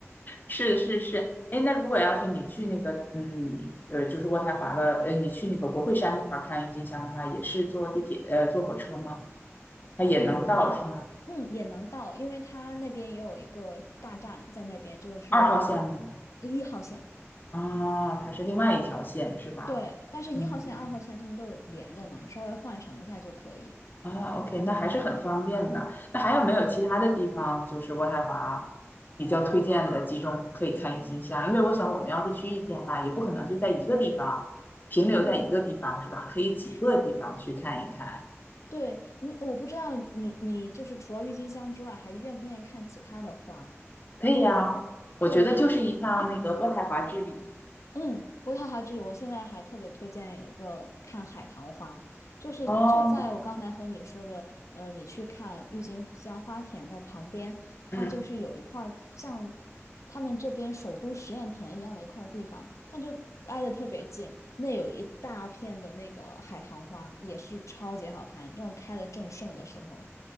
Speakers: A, on the left; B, on the left.
A: 是是是，哎，那如果要是你去那个，嗯，呃，就是渥太华的，呃，你去那个国会山那块儿看郁金香的话，也是坐地铁，呃，坐火车吗？
B: <laughs>
A: 它也能到是吗？
B: 我嗯也能到，因为它那边也有一个大站在那边，就是
A: 二号线吗？
B: 一号线，
A: 哦，它是另外一条线是吧？
B: 对，但是一号线、
A: 嗯，
B: 二号线他们都是连着嘛，你稍微换乘一下就可以。
A: 啊，OK，那还是很方便的。那还有没有其他的地方，
B: 对
A: 就是渥太华比较推荐的集中可以看郁金香？因为我想我们要是去一天吧，也不可能就在一个地方停留在一个地方是吧？
B: 嗯
A: 可以几个地方去看一看。
B: 是。对你，我不知道你，你就是除了郁金香之外，还愿不愿意看其他的花？
A: 可以呀，我觉得就是一趟那个渥太华之旅。
B: 对它，嗯，渥太华之旅，我现在还特别推荐一个看海棠花，就是就在我刚才和你说的，
A: 哦，
B: 呃，你去看郁金香花田的旁边，它就是有一块儿像
A: 嗯
B: 他们这边首都实验田一样的一块地方，但就挨得特别近，那有一大片的那个海棠花，也是超级好看，正开得正盛的时候。